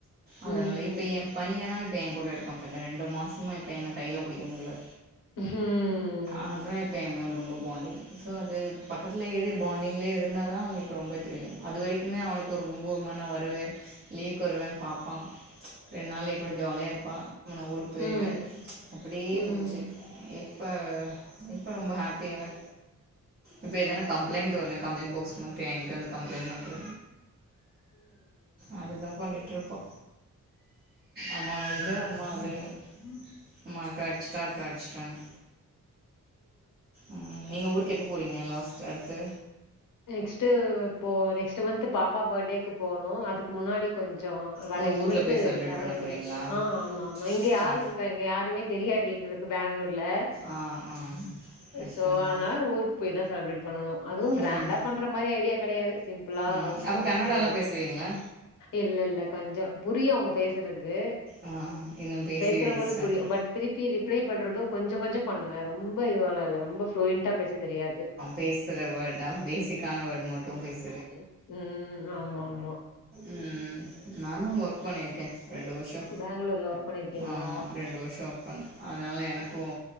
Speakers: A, on the left; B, on the right.
A: ம்
B: அதனால இப்ப என் பையனா இப்ப என் கூட இருக்கான் இப்ப ரெண்டு மாசமா இப்ப என்ன கைல புடிக்க முடில
A: ம்
B: அதான் இப்ப என் மேல ரொம்ப பாண்டிங் சோ அது பக்கத்துலே இரு பாண்டிங்லே இருந்தா தா அவங்களுக் ரொம்ப தெரியு அது வரைக்குமே அவனுக்கு ஒரு ரொம்பமே வருவேன் லீவுக்கு வருவேன் பாப்பான் ரெண்டு நாள் என் கூட ஜாலியா இருப்பா ம நா ஊர்க்கு போயிருவே
A: ம்
B: அப்டியே
A: ம்
B: போச்சு எப் இப்ப இப்போ ரொம்ப ஹாப்பியாவே இப்போ எதன கம்ளைண்ட்ன்‌ ஒன்னே கம்ப்ளைண்ட்பாக்ஸ் பண்ட்டு என்கிட்ட வந்து கம்ப்ளைண்ட் பண்டு அதுதா பண்ணிட்டு ருப்பா அம்மா இது அம் அதுன்
A: ம்
B: அம்மாக்கா அடிச்சிட்ட அக்கா அடிச்சிட்டான்னு ம் நீங்க ஊருக்கு எப்போ போறீங்க லாஸ்ட் அடுத்து
A: நெக்ஸ்ட்டு போ நெக்ஸ்ட்டூ மந்த் பாப்பா பர்டேக்கு போணு அதுக்கு முன்னாடி கொஞ்சோ வர
B: ஓ
A: நெக்ஸ்ட்
B: ஊர்ல
A: மந்த்
B: போய் செலப்ரேட்
A: செவன்
B: பண்ண
A: அன்னைக்கு
B: போறீங்களா
A: போ ஆமா ஆமா இங்க
B: சரி
A: யாரு இருக் க்கா இங்க யாருமே தெரியாது எங்ளுக் பெங்களூர்ல
B: ஆ ஆ கஷ்டம்தா
A: சோ அதனால ஊருக்கு போய் தா செலப்ரேட் பண்ணனு அதுவு கிராண்டா
B: ம்
A: பண்ற மாரி ஐடியா கிடையாது சிம்ப்ளா
B: ம்
A: பண்ணிட்டு
B: அப்போ கன்னடாலா பேசுவீங்களா
A: இல்லல்ல கொஞ்சோ புரியு அவுங்க பேசறது
B: ஆ இன்னும் பேசி
A: பேசுறவங்கள்து
B: ஸ்டார்ட்
A: புரியு பட் திருப்பி ரிப்ளை பண்றது கொஞ்ச கொஞ்சம் பண்ணுவே ரொம்ப இதுவாளா ரொம்ப ப்ளூயன்டா பேச தெரியாது
B: பேசுற வேர்ட் பேசிக்கான வேர்ட் மட்டு பேஸ்
A: ப் ம் ஆமா ஆமா
B: ம் நானு அங்க ஒர்க் பண்ணிருகே ரெண்டு வர்ஷோ
A: பேங்களூர்ல ஒர்க் பண்ணிருக்கீங்களா
B: ஆமா ரெண்டு வர்ஷோ ஒர்க் பண்ண அதனால எனக்கு